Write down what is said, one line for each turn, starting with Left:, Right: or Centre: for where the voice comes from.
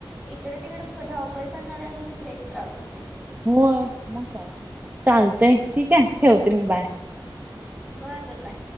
Centre: इकडे तिकडे धावपळ करणारे अस निसले त्रास होते.
Right: होय, मग काय, चालतंय ठीक आहे, ठेवते मी बाय
Centre: बरं बर बाय